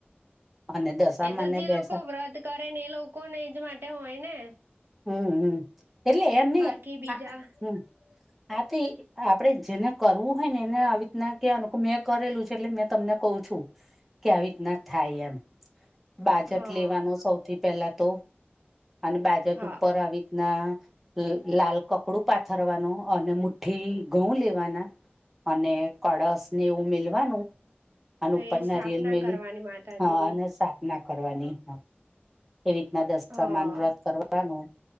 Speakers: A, in the centre; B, on the right (about 60°).
A: અને દશામાંને
B: એ તો જે
A: બેસા
B: લોકો વ્રત કરે ને એ લોકોને એજ માટે હોય ને.
A: હમ્મ હમ્મ એટલે એમની
B: બાકી બીજા
A: આ હમ્મ આથી. આપડે જેને કરવું હોય ને એને આવી રીતના કહેવાનું કે મેં કરેલું છે એટલે મેં તમને કઉ છું. કે આવી રીતના થાય એમ. બાજટ
B: હા
A: લેવાનો સૌથી પેલા તો અને બાજટ
B: હા
A: ઉપર આવી રીતના લાલ કપડું પાથરવાનું અને મુઠ્ઠી ઘઉં લેવાના. અને કળશ ને એવું મિલવાનું. અને ઉપરના
B: એ સ્થાપના
A: રિયલ મેલી
B: કરવાની માતાજીની
A: હા અને સ્થાપના કરવાની હ. એવી રીતના દસ્માન
B: હા
A: વ્રત કરવાનું.